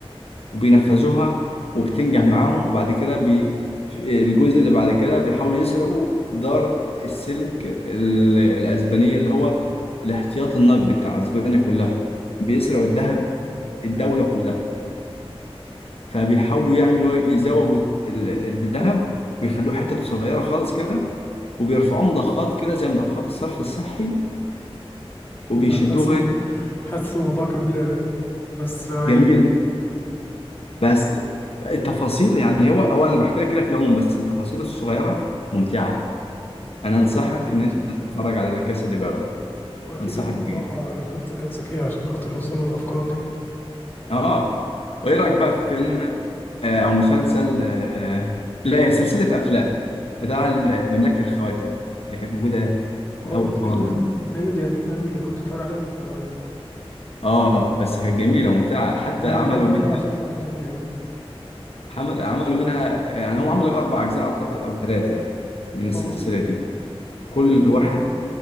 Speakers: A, on the left (about 70°); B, on the left (about 20°).
A: وبينفذوها وبتنجح معاهم وبعد كده بي في الجزء اللي بعد كده بيحاولوا يسرقوا دار السلك ال- الأسبانية اللي هو الاحتياط النقدي بتاع أسبانيا كلها بيسرقوا الذهب
B: أمم.
A: الدولة كلها فبيحاولوا يعملوا يزوبوا ال- الذهب ويخلوه حتة صغيرة خالص كده وبيرفعوه مضخات كده زي مضخات الصرف الصحي وبيشدوه
B: أنا حاسس إنه-
A: ايه
B: حاسس الموضوع كبير قوي بس عاجبني
A: جميل بس التفاصيل يعني هو هو انا بحكي لك كده في العموم بس التفاصيل الصغيرة ممتعة انا انصحك
B: ايوه اكيد
A: ان انت تتفرج على لا كاسا دي بابل
B: واكيد
A: انصحك
B: الموضوع
A: بجد
B: الخطه كانت ذكيه عشان خاطر يوصلوا للافكار دي
A: اه وايه رايك بقى في فيلم آه، او مسلسل آه، لا هي سلسله افلام بتاع ال- مملكه الخواتم اللي كانت موجوده
B: اه
A: الاول خالص
B: <clears throat>
A: دي
B: ايوه دي قديمة قوي كنت اتفرج عليها وانا صغير
A: اه بس كانت جميله وممتعه حتى
B: اه
A: عملوا
B: بحب
A: منها
B: ارجع اشوفها كذا مرة
A: عمل عملوا منها يعني هم عملوا اربع اجزاء اعتقد او ثلاثه من السلسله
B: اه
A: دي كل
B: تقريبا
A: واحد
B: اه